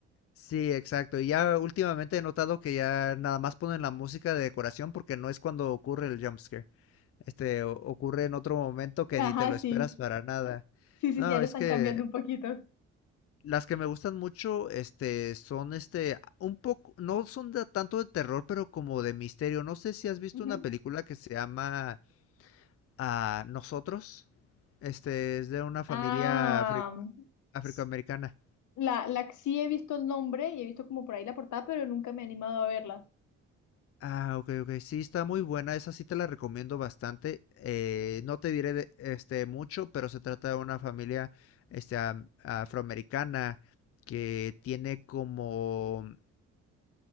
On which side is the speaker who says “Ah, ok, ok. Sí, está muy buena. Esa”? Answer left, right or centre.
Left